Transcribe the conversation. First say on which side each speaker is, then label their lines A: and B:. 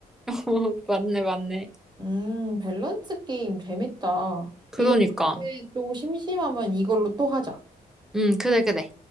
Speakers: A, in the centre; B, on the right.
A: <laughs> 어, 맞네, 맞네.
B: 음 밸런스 게임 재밌다.
A: 그러니까.
B: 이거 다음에 또 심심하면 이걸로 또 하자.
A: 응, 그래, 그래.